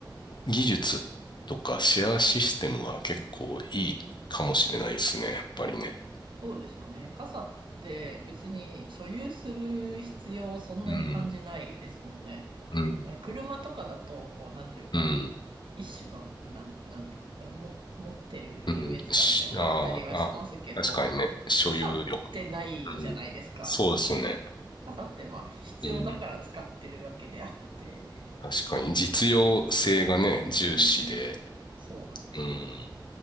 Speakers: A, on the left; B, on the right.
A: 技術とかシェアシステムは結構いいかもしれないですね、やっぱりね。
B: そうですよね。傘って別に所有する必要をそんなに感じないですもんね。
A: うん、うん、
B: だから車とかだと、こう、なんというか、
A: うん、
B: 一種の、なん、なんていうんですかね、も、持ってる優越感みたいなのもあったりはしますけど、
A: うん。し、あーあー、確かにね、所有欲。
B: 傘ってないじゃないですか。
A: うん、そうですよね。
B: 傘ってまあ必要だから使ってるわけであって。
A: うん、確かに実用性がね、
B: うん、うん、
A: 重視で、
B: うん、うん。そうなんですよ。
A: うん、